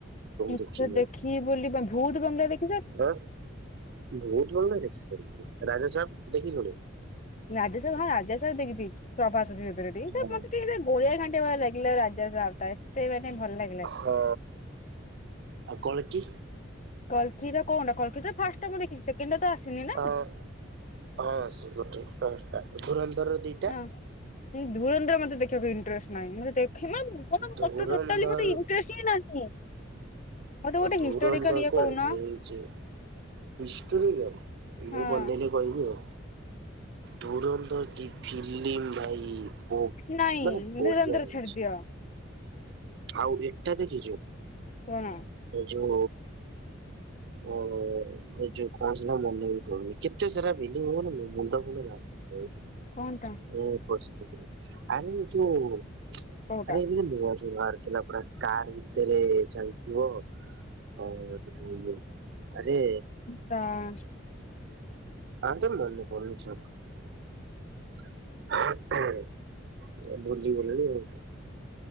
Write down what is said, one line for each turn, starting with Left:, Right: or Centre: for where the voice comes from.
Left: ଏତେ
Right: ଦେଖିନି
Left: ଦେଖିବି ବୋଲି ବା ଭୂତ ବଙ୍ଗଳା ଦେଖ
Right: ହ ଭୂତ୍ ବଙ୍ଗଳା ଦେଖି ସାରିଲିଣି। ରାଜା ସାହବ ଦେଖିଲୁଣି?
Left: ରାଜାସହବ ହଁ ରାଜା ସାହବ ଦେଖିଦେଇଚି। <unintelligible>
Right: ହଁ
Left: ଗୋଳିଆ ଘଣ୍ଟିଆ ଭଳିଆ ଲାଗିଲା ରାଜା ସାହବ ଟା ଏତ ମାନେ ଭଲ ଲାଗିଲା
Right: ହଁ ଆଉ କଳ୍କୀ?
Left: କଲକିର କଣ କଲକି ତ ଫାଷ୍ଟଟା ମୁଁ ଦେଖିଚି। ସେକେଣ୍ଡ ଟା ତ ଆସିନି ନା।
Right: ହଁ ହଁ ସେ ଗୋଟେ ଫାଷ୍ଟ ଟା। ଓଭରାଲ ଧର ଦି
Left: ହଁ। ଧୂରନ୍ଦର ମତେ ଦେଖିବାକୁ ଇଣ୍ଟରେଷ୍ଟ ନାହିଁ। ମୂ ଦେଖନା ମ ମୋର
Right: ଧୁରନ୍ଧର
Left: ତ ଟୋଟାଲି ମୋତେ ଇଣ୍ଟରେଷ୍ଟ ହଁ ନାହିଁ। ମତେ ଗୋଟେ
Right: ଧୂରନ୍ଦର
Left: ହିଷ୍ଟୋରିକାଲ ଇଏ
Right: କଣ
Left: କହୁନ
Right: ହେଇଚି। <unintelligible> ମୁଁ
Left: ହଁ
Right: ଭଲ ଲାଗିଲେ କହିବି ଆଉ, ଧୂରନ୍ଦର <unintelligible> ନିମ ଭାଇ ବୋ ମାନେ
Left: ନାଇଁ
Right: ବଢିଆ
Left: ଧୁରନ୍ଧର
Right: ହେଇଚି।
Left: ଛାଡିଦିଅ।
Right: ଆଉ ଏଟା ଦେଖିଚୁ?
Left: କଣ?
Right: ଏ ଯଉ ଉମ ଏ ଯୋଉ କଣ ସେଟା ମନେ ବି ପଡୁନି। କେତେ ସାରା <unintelligible> ମାନେ ମୁଣ୍ଡ ଫୁଣ୍ଡ <unintelligible>
Left: କଂଟା
Right: ଏ ପଶୁପକ୍ଷୀର ଆରେ ଯୋଉ
Left: କୋଉଟା
Right: ଆରେ ଏବେ ଯୋଉ ନୂଆ ଯୋଉ ବାହାରି ଥିଲା ପରା କାର ଭିତରେ ଚାଲିଥିବ ଉମ ସେଠୁ ଇଏ ଆରେ
Left: ପ୍ୟାଣ୍ଟ।
Right: <unintelligible> ଏ ଭୁଲିଗଲେଣି ଆଉ।